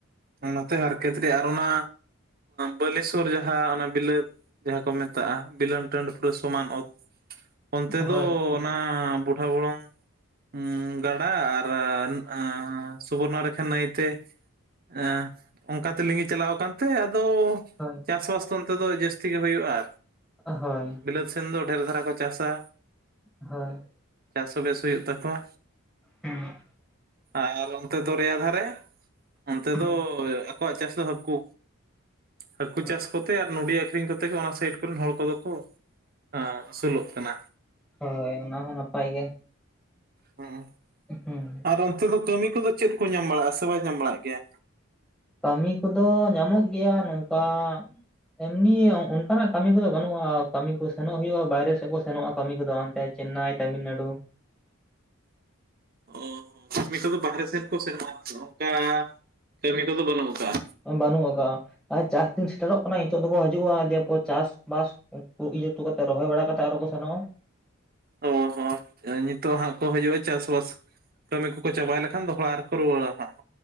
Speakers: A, on the right; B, in the centre.
A: ᱚᱱᱟᱛᱮ ᱦᱟᱨᱠᱮᱛ ᱨᱮ ᱟᱨ ᱚᱱᱟ ᱵᱟᱞᱮᱥᱚᱨ ᱡᱟᱦᱟᱸ ᱚᱱᱟ ᱵᱤᱞᱟᱹᱛ ᱡᱟᱦᱟᱸ ᱠᱚ ᱢᱮᱛᱟᱜᱼᱟ ᱵᱤᱞᱟᱹᱱ ᱴᱟᱺᱰᱤ ᱯᱩᱨᱟᱹ ᱥᱚᱢᱟᱱ ᱚᱛ ᱚᱱᱛᱮ ᱫᱚ
B: ᱦᱳᱭ
A: ᱚᱱᱟ ᱵᱩᱴᱟ ᱵᱚᱞᱚᱝ ᱩ ᱜᱟᱰᱟ ᱟᱨ ᱮᱸ ᱥᱩᱵᱚᱨᱱᱚᱨᱮᱠᱷᱟ ᱱᱟᱹᱭᱛᱮ ᱮᱸ ᱚᱱᱠᱟ ᱛᱮ ᱞᱤᱸᱜᱤ ᱪᱟᱞᱟᱣ ᱟᱠᱟᱱ ᱛᱮ ᱟᱫᱚ
B: ᱦᱳᱭ
A: ᱪᱟᱥᱵᱟᱥ ᱫᱚ ᱚᱱᱛᱮ ᱫᱚ ᱡᱟᱹᱥᱛᱤ ᱜᱮ ᱦᱩᱭᱩᱜᱼᱟ
B: ᱦᱳᱭ
A: ᱵᱤᱞᱟᱹᱛ ᱥᱮᱱ ᱫᱚ ᱰᱷᱮᱨ ᱫᱷᱟᱨᱟ ᱠᱚ ᱪᱟᱥᱟ
B: ᱦᱳᱭ
A: ᱪᱟᱥ ᱦᱚᱸᱵᱮᱥ ᱦᱩᱭᱩᱜ ᱛᱟᱠᱚᱣᱟ
B: ᱦᱩᱸ
A: ᱟᱨ ᱚᱱᱛᱮ ᱫᱚᱨᱮᱭᱟ ᱫᱷᱟᱨᱮ, ᱚᱱᱛᱮ
B: ᱦᱩᱸ
A: ᱫᱚ ᱟᱠᱚᱣᱟᱜ ᱪᱟᱥ ᱫᱚ ᱦᱟᱹᱠᱳ᱾ ᱦᱟᱹᱠᱩ
B: ᱦᱩᱸ
A: ᱪᱟᱥ ᱠᱚᱛᱮ ᱟᱨ ᱱᱩᱲᱤ ᱟᱹᱠᱷᱨᱤᱧ ᱠᱚᱛᱮ ᱜᱮ ᱚᱱᱟ ᱥᱟᱭᱤᱰ ᱛᱮᱨᱮᱱ ᱦᱚᱲ ᱠᱩᱫᱚ ᱠᱚ ᱮᱸ ᱟᱹᱥᱩᱞᱚᱜ ᱠᱟᱱᱟ?
B: ᱦᱳᱭ ᱚᱱᱟ ᱦᱚᱸ ᱱᱟᱯᱟᱭ ᱜᱮ᱾
A: ᱦᱮᱸ--᱾
B: ᱦᱮᱸ--᱾
A: ᱟᱨ ᱚᱱᱛᱮ ᱫᱚ ᱠᱟᱹᱢᱤ ᱠᱚᱫᱚ ᱪᱮᱫ ᱠᱚ ᱧᱟᱢ ᱵᱟᱲᱟᱜᱼᱟ, ᱥᱮ ᱵᱟᱭ ᱧᱟᱢ ᱵᱟᱲᱟᱜ ᱜᱮᱭᱟ?
B: ᱠᱟᱹᱢᱤ ᱠᱚᱫᱚ ᱧᱟᱢᱚᱜ ᱜᱮᱭᱟ ᱱᱚᱝᱠᱟ ᱮᱢᱱᱤ ᱚᱱᱠᱟᱱᱟᱜ ᱠᱟᱹᱢᱤ ᱠᱚᱫᱚ ᱵᱟᱹᱱᱩᱜ-ᱟ᱾ ᱠᱟᱹᱢᱤ ᱠᱚ ᱥᱮᱱᱚᱜ ᱦᱩᱭᱩᱜ-ᱟ ᱵᱟᱭᱨᱮ ᱥᱮᱫ ᱠᱚ ᱥᱮᱱᱚᱜ-ᱟ᱾ ᱠᱟᱹᱢᱤ ᱠᱚᱫᱚ ᱚᱱᱛᱮ ᱪᱮᱱᱱᱟᱭ ᱛᱟᱹᱢᱤᱞᱱᱟᱲᱩ᱾
A: ᱚ ᱠᱟᱹᱢᱤ ᱥᱚᱫᱚ ᱵᱟᱦᱟᱨᱮ ᱥᱮᱱ ᱠᱚ ᱥᱮᱱᱚᱜᱼᱟ᱾ ᱚᱱᱠᱟ ᱠᱟᱹᱢᱤ ᱠᱚᱫᱚ ᱵᱟᱹᱱᱩᱜ ᱟᱠᱟᱜ-ᱟ᱾
B: ᱵᱟᱹᱱᱩᱜ ᱟᱠᱟᱜ-ᱟ, ᱟᱨ ᱪᱟᱥ ᱫᱤᱱ ᱥᱮᱴᱮᱨᱚᱜ ᱠᱟᱱᱟ ᱱᱤᱛᱚᱜ ᱫᱚᱠᱚ ᱦᱤᱡᱩᱜᱼᱟ᱾ ᱫᱤᱭᱮ ᱮᱯᱚᱨ ᱪᱟᱥᱵᱟᱥ ᱩᱱᱠᱩ ᱤᱭᱟᱹ ᱴᱚ ᱠᱟᱛᱮᱫ, ᱨᱚᱦᱚᱭ ᱵᱟᱲᱟ ᱠᱟᱛᱮ ᱟᱨᱚ ᱠᱚ ᱥᱮᱱᱚᱜ-ᱟ᱾
A: ᱚ ᱦᱚᱸ ᱱᱤᱛᱚᱜ ᱦᱟᱸᱜ ᱠᱚ ᱦᱤᱡᱩᱜ-ᱟ᱾ ᱪᱟᱥ ᱵᱟᱥ ᱠᱟᱹᱢᱤ ᱠᱚᱠᱚ ᱪᱟᱵᱟ ᱞᱮᱠᱷᱟᱱ ᱫᱚ ᱦᱟᱸᱜ ᱟᱨᱦᱚᱸ ᱠᱚ ᱨᱩᱣᱟᱹᱲᱟ᱾ ᱦᱟᱸᱜ